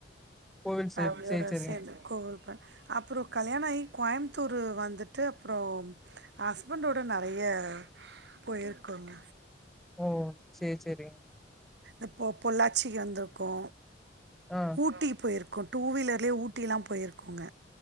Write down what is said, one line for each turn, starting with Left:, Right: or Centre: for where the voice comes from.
Centre: கோவில்
Right: ஃபேமிலியோட
Centre: சைடு சரி, சரிங்க.
Right: சேந்து கோவில் ப அப்புற கல்யாண ஆயி கோயமுத்தூரு வந்துட் டு அப்புற ஹஸ்பண்டோடு நெறைய போயிருக்கோங்க
Centre: ஓ சேரி சேரிங்க
Right: இப்ப பொள்ளாச்சிக்கு வந்துருக்கோ
Centre: ஆ
Right: ஊட்டி போயிருக்கோ டூ வீலர்லயே ஊட்டிலா போயிருக்கோங்க